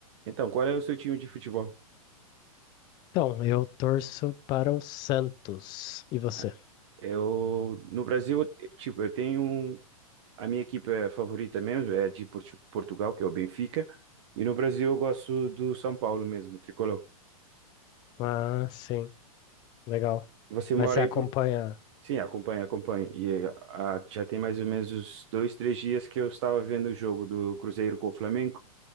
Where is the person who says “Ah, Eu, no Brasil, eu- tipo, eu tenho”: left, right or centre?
Right